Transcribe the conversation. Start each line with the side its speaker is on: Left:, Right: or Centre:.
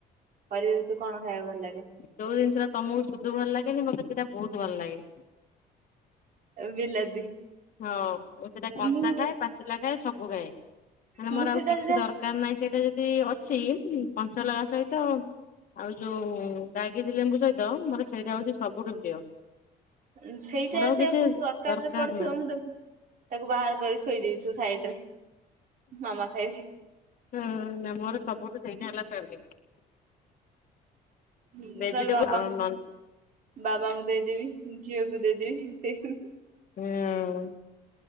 Right: ପରିବା ଭିତୁରୁ କଣ ଖାଇବାକୁ ଭଲ ଲାଗେ?
Left: ଯୋଉ ଜିନିଷ ଟା ତମକୁ ସୁଧୁ ଭଲ ଲାଗେନି ମତେ ସେଇଟା ବହୁତ ଭଲ ଲାଗେ।
Right: ବିଲାତି
Left: ହଁ ମୁଁ ସେଟା କଞ୍ଚା
Right: ମୁଁ ସେ
Left: ଖାଏ ପା ଚିଲା ଖାଏ ସବୁ ଖାଏ ହେଲା
Right: ମୁଁ
Left: ମୋର
Right: ସେଇଟା
Left: ଆଉ କିଛି
Right: ଯଦି
Left: ଦରକାର ନାହିଁ ସେଇଟା ଯଦି ଅଟ୍ ଛି ହୁଁ କଞ୍ଚାଲଙ୍କା ସହିତ ତ ଆଉ ଯୋଉ ବାଗିରି ଲେମ୍ବୁ ସହିତ ମୋର ସେଇଟା ହେଉଛି ସବୁଠୁ ପ୍ରିୟ
Right: ଉଁ ସେଇଟା
Left: ମୋର
Right: ଯଦି
Left: କିଛି
Right: ଆଉ କୋଉ ତରକାରୀରେ
Left: ଦରକାର
Right: ପଡିଥିବ
Left: ନାହିଁ।
Right: ମୁଁ ତାକୁ ତାକୁ ବାହାର କରି ଥୋଇ ଦଉଛୁ ସାଇଡ ରେ ମାମା ଖାଇ ବେ
Left: ହଁ ନା ମୋର ସବୁଠୁ ସେଇଟା ହେଲା ଫେବରାଇଟ।
Right: ହଁ
Left: ଭେଜିଟେବୁଲ
Right: ତାହେଲେ ବାବାଙ୍କ
Left: ଆଉ ନନ୍
Right: ବାବାଙ୍କୁ ଦେଇଦେବି ଝିଅକୁ ଦେଇଦେବି ଦେଇ
Left: ହୁଁ।